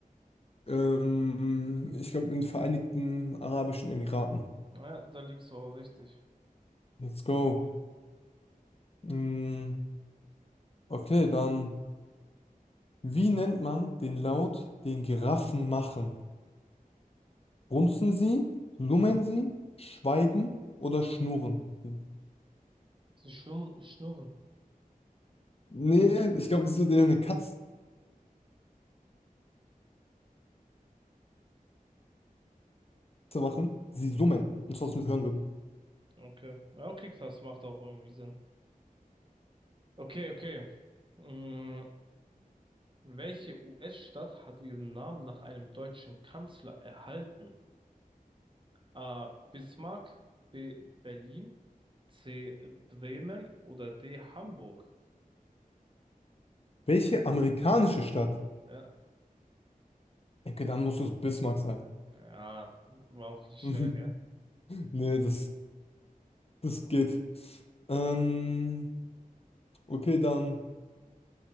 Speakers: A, on the left; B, on the right.
A: ähm, ich glaube, in den Vereinigten Arabischen Emiraten.
B: Ja, da liegst du auch richtig.
A: Let's go. Mm, Okay, dann, wie nennt man den Laut, den Giraffen machen? Grunzen sie, summen sie, schweigen oder schnurren sie?
B: Sie schnurren. schnurren.
A: Nee, ich glaube, das würde eher eine Katze machen. Sie summen, und zwar, dass wir es hören würden.
B: Okay. Ja, okay, krass, macht auch irgendwie Sinn. Okay, okay. Mm, welche US-Stadt hat ihren Namen nach einem deutschen Kanzler erhalten? A. Bismarck, B. Berlin, C. Bremen oder D. Hamburg.
A: Welche amerikanische Stadt?
B: Ja,
A: Okay, dann muss es Bismarck sein.
B: ja, war auch nicht
A: <laughs>
B: schwer, gell?
A: Nee, das, das geht. Ähm, okay, dann.